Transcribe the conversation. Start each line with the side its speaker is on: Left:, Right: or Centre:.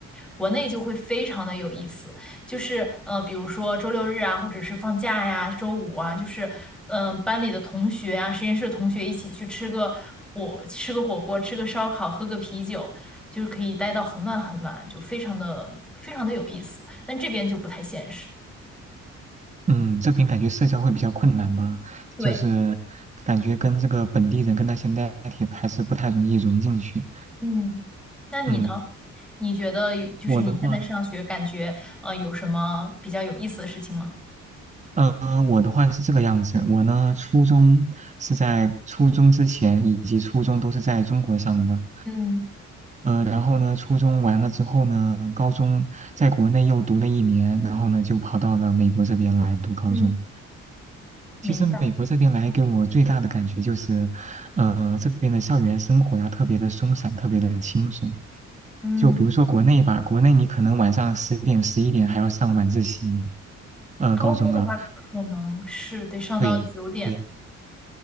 Centre: 国内就会非常的有意思，就是呃，比如说周六日啊，或者是放假呀，周五啊，就是嗯、呃，班里的同学啊，实验室的同学一起去吃个火，吃个火锅，吃个烧烤，喝个啤酒，就是可以待到很晚很晚，就非常的非常的有意思。但这边就不太现实。
Right: 嗯，这边感觉社交会比较困难吧，
Centre: 对，
Right: 就是感觉跟这个本地人跟那些 native 还是不太容易融进去。
Centre: 嗯，那你呢？
Right: 嗯，
Centre: 你觉得就是你现在上学，
Right: 我的话，
Centre: 感觉呃有什么比较有意思的事情吗？
Right: 呃，我的话是这个样子，我呢初中是在初中之前以及初中都是在中国上的，
Centre: 嗯
Right: 呃，然后呢初中完了之后呢，高中在国内又读了一年，然后呢就跑到了美国这边来读高中。
Centre: 嗯，明白。
Right: 其实美国这边来给我最大的感觉就是，呃，这边的校园生活呀特别的松散，特别的轻松。
Centre: 嗯。
Right: 就比如说国内吧，国内你可能晚上十点、十一点还要上晚自习，呃，
Centre: 高中的话，
Right: 高中啊，
Centre: 可能是得上到九点。
Right: 对对，